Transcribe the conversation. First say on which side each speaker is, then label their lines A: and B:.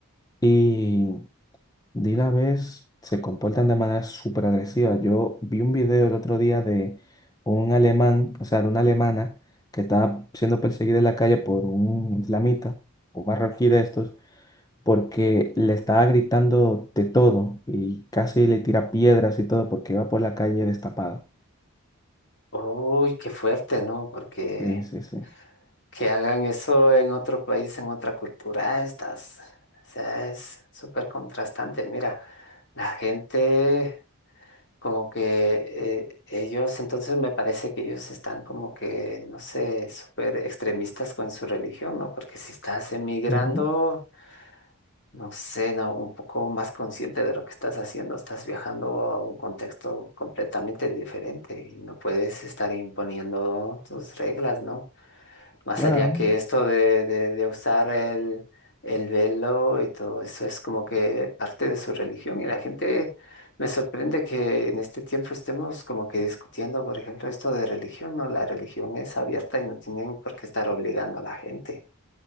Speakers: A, on the left; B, on the left.
A: y de una vez se comportan de manera súper agresiva. Yo vi un video el otro día de un alemán, o sea, de una alemana que estaba siendo perseguida en la calle por un islamita, un marroquí de estos, porque le estaba gritando de todo y casi le tira piedras y todo porque iba por la calle destapada.
B: Uy, qué fuerte, ¿no? Porque
A: Sí, sí, sí.
B: que hagan eso en otro país, en otra cultura, estás, o sea, es súper contrastante. Mira, la gente. como que eh, ellos, entonces me parece que ellos están como que, no sé, súper extremistas con su religión, ¿no? Porque si estás emigrando,
A: Ujú,
B: no sé, ¿no? Un poco más consciente de lo que estás haciendo, estás viajando a un contexto completamente diferente y no puedes estar imponiendo tus reglas, ¿no? Más
A: Claro,
B: allá que esto de, de, de usar el, el velo y todo eso es como que parte de su religión y la gente me sorprende que en este tiempo estemos como que discutiendo, por ejemplo, esto de religión, ¿no? La religión es abierta y no tienen por qué estar obligando a la gente.